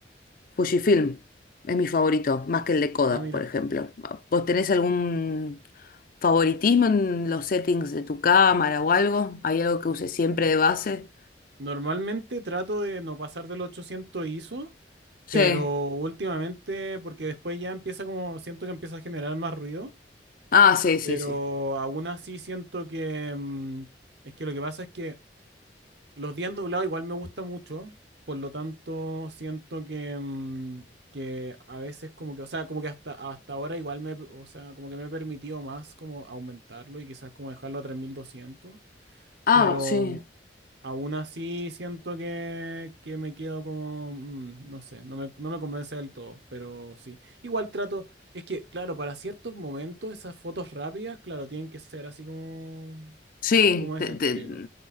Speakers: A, on the left; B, on the right.
A: Fujifilm es mi favorito, más que el de Kodak,
B: Ah, mira.
A: por ejemplo. ¿Vos tenés algún favoritismo en los settings de tu cámara o algo? ¿Hay algo que uses siempre de base?
B: Normalmente trato de no pasar del 800 ISO,
A: Sí.
B: pero últimamente, porque después ya empieza como, siento que empieza a generar más ruido,
A: Ah, sí, sí,
B: pero
A: sí.
B: aún así siento que, mm, es que lo que pasa es que los días doblados igual me gusta mucho, por lo tanto siento que, mm, que a veces como que, o sea, como que hasta, hasta ahora igual me, o sea, como que me he permitido más como aumentarlo y quizás como dejarlo a tres mil doscientos,
A: Ah,
B: Pero
A: sí.
B: Aún así siento que, que me quedo como, mm, no sé, no me, no me convence del todo, pero sí. Igual trato, es que, claro, para ciertos momentos esas fotos rápidas, claro, tienen que ser así como,
A: Sí,
B: como ese
A: te- te-
B: estilo.